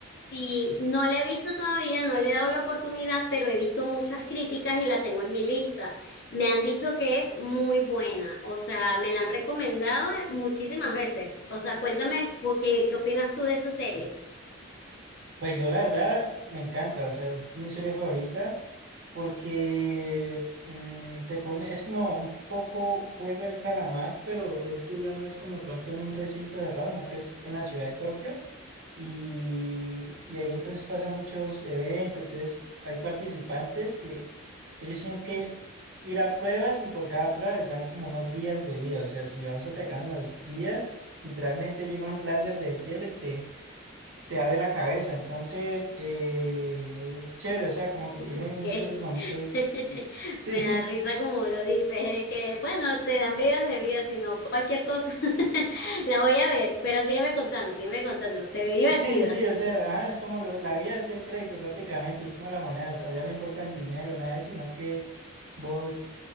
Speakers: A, on the left; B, on the right.
A: Sí, no la he visto todavía, no le he dado la oportunidad, pero he visto muchas críticas y la tengo en mi lista. Me han dicho que es muy buena, o sea, me la han recomendado muchísimas veces. O sea, cuéntame cu- qué, qué opinas tú de esa serie.
B: Pues yo la verdad me encanta, o sea, es mi serie favorita. porque mm, te pone, es como un poco juego del calamar, pero este ya no es como de pronto en un recinto cerrado, sino que es en la ciudad de Tokio. Y, y ahí entonces pasan muchos eventos, entonces hay participantes que ellos tienen que ir a pruebas y por cada prueba les dan como unos días de vida, o sea, si a vos se te caen las vidas, literalmente llega un láser del cielo y te te abre la cabeza. Entonces, eh, es chévere, o sea, como que
A: Ok,
B: tiene muchos momentos.
A: <laughs>
B: Sí,
A: me da risa como lo dices, de que bueno, te dan vidas de vida, sino cualquier cosa. <laughs> La voy a ver, pero sígueme contando, sígueme contando, se ve divertida.
B: <laughs> sí, sí, o sea, ajá, es como lo- la vida es el crédito prácticamente, es como la moneda, o sea, allá no importa el dinero, nada de eso, sino que vos